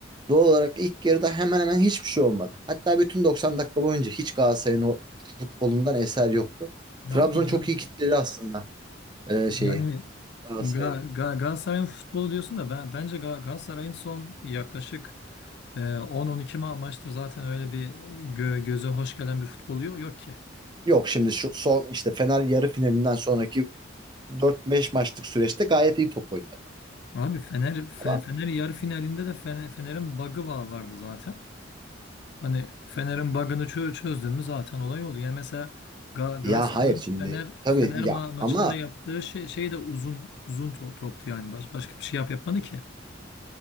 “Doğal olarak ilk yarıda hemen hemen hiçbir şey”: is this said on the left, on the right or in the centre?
Right